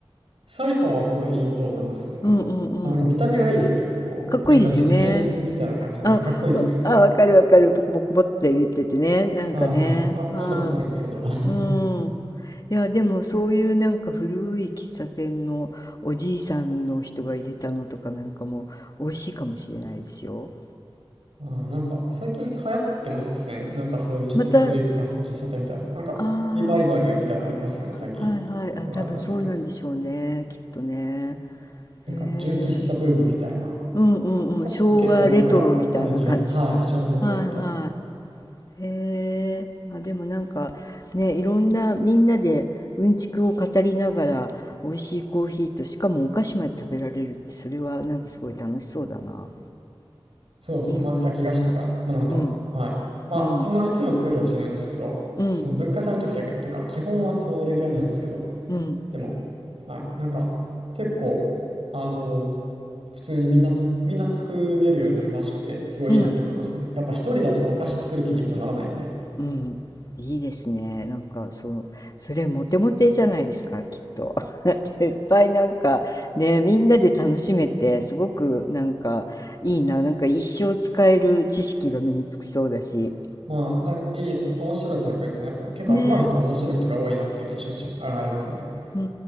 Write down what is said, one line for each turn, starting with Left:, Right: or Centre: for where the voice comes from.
Right: サイフォンはすごいいいと思いますね。なんか、
Left: うんうんうん。
Right: あ、なんか見た目がいいですよね。こう、
Left: かっこいいですよね。
Right: なんか実験みたいな感じで、
Left: あ、
Right: はい、かっこいいですよね。
Left: わあ、わかるわかる。ポコポコポって言っててね。なんかね。
Right: はいはい。まあ飲んだことないんですけど。
Left: は
Right: <laughs>
Left: い。うん。いや、でもそういうなんか古い喫茶店のおじいさんの人が入れたのとかなんかも美味しいかもしれないですよ。
Right: あー、なんか最近流行ってませんなんかそういうちょっと古いか喫茶店みたいな。
Left: また、あ
Right: なんかリバイバルみたいなのありますよね、
Left: あ、
Right: 最近。
Left: はいはい。あ、
Right: わかんないですけど。
Left: 多分そうなんでしょうね。きっとね。
Right: なんか純喫茶ブームみたいな。
Left: へえ。うんうんうん。
Right: あ、確か結構前からある気がする。
Left: 昭和レトロみたいな感じ。
Right: はい、昭和レトロみたいな。
Left: はいはい。へえ。まあ、でもなんかね、いろんなみんなでうんちくを語りながら美味しいコーヒーとしかもお菓子まで食べられるってそれはなんかすごい楽しそうだな。
Right: そうですね。
Left: いい。
Right: まあ焼き菓子とか、まあなんか、
Left: うん
Right: はい。まあそんないつも作るわけじゃないんですけど、
Left: うんうん
Right: その文化祭の時だけとか、基本はそれぐらいなんですけど、
Left: うん
Right: でも、はい。なんか結構、あの普通にみんなつ、みんな作れるようになるらしくて、すごいいいなって思いますね。
Left: うん。
Right: やっぱ一人だとお菓子作る気にもならないんで。
Left: うん。いいですね。なんか、そう、それモテモテじゃないですか、きっと。<laughs> でいっぱいなんか、ね、みんなで楽しめて、すごくなんか、いいな。なんか一生使える知識が身につきそうだし。
Right: まあ、なんかいいさ、面白い作品ですね。やっぱ結構集まる人も面白い人が多いなっていう印象しあありますね。
Left: ね。うん